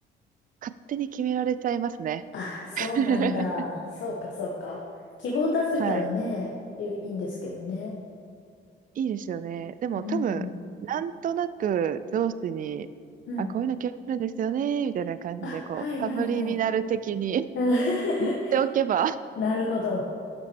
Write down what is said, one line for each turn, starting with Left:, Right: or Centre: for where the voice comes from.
Right: 勝手に決められちゃいますね。
Left: あ、そうなんだ。
Right: <laughs>
Left: そうか、そうか。希望出せたらね、
Right: はい。
Left: いいいんですけどね。
Right: いいですよね。でも多分、
Left: うん。
Right: なんとなく上司に、
Left: うん。
Right: あ、こういうの興味あるんですよね、みたいな感じで、
Left: あ、
Right: こう、
Left: はいはいはい。
Right: サブリミナル的に
Left: うん
Right: <laughs> 言っておけば、
Left: <laughs>
Right: <laughs>
Left: なるほど。